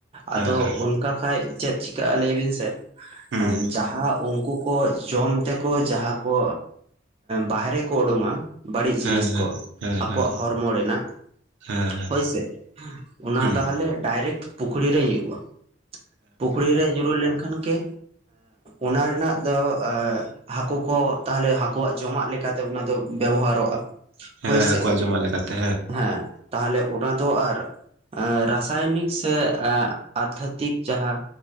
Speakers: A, on the right; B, on the right.
A: ᱟᱫᱚ
B: ᱦᱮᱸ
A: ᱚᱱᱠᱟ ᱠᱷᱟᱱ ᱪᱮᱫ ᱪᱤᱠᱟᱹᱜᱼᱟ ᱞᱟᱹᱭ ᱵᱤᱱ ᱥᱮ
B: ᱦᱮᱸ
A: ᱡᱟᱦᱟᱸ ᱩᱱᱠᱩ ᱡᱚᱢ ᱛᱮᱠᱚ ᱡᱟᱦᱟᱸ ᱠᱚ ᱵᱟᱦᱨᱮ ᱠᱚ ᱩᱰᱩᱝᱼᱟ ᱵᱟᱹᱲᱤᱡ ᱡᱤᱱᱤᱥ
B: ᱦᱮᱸ ᱦᱮᱸ
A: ᱠᱚ
B: ᱦᱮᱸ
A: ᱟᱠᱚᱣᱟᱜ
B: ᱦᱮᱸ
A: ᱦᱚᱲᱢᱚ ᱨᱮᱱᱟᱜ
B: ᱦᱮᱸ ᱦᱮᱸ ᱦᱮᱸ
A: ᱦᱳᱭᱥᱮ ᱚᱱᱟ
B: ᱦᱩᱸ
A: ᱛᱟᱦᱚᱞᱮ ᱰᱟᱭᱨᱮᱠᱴ ᱯᱩᱠᱷᱨᱤ ᱨᱮ ᱦᱩᱭᱩᱜᱼᱟ ᱯᱩᱠᱷᱨᱤ ᱨᱮ ᱧᱩᱨᱩ ᱞᱮᱱᱠᱷᱟᱱ ᱜᱮ ᱚᱱᱟ ᱨᱮᱱᱟᱜ ᱫᱚ ᱦᱟᱹᱠᱩ ᱠᱚ ᱛᱟᱦᱞᱮ ᱦᱟᱹᱠᱩᱣᱟᱜ ᱡᱚᱢᱟᱜ ᱞᱮᱠᱟᱛᱮ ᱚᱱᱟ ᱫᱚ ᱵᱮᱵᱚᱦᱟᱨᱚᱜᱼᱟ᱾
B: ᱦᱮᱸ
A: ᱦᱳᱭᱥᱮ
B: ᱦᱟᱹᱠᱩᱣᱟᱜ ᱡᱚᱢᱟᱜ ᱞᱮᱠᱟᱛᱮ
A: ᱦᱮᱸ ᱛᱟᱦᱚᱞᱮ ᱚᱱᱟ ᱫᱚ ᱟᱨ ᱮ ᱨᱟᱥᱟᱭᱚᱱᱤᱠ ᱥᱮ ᱟᱫᱷᱟᱛᱤᱠ ᱡᱟᱦᱟᱸ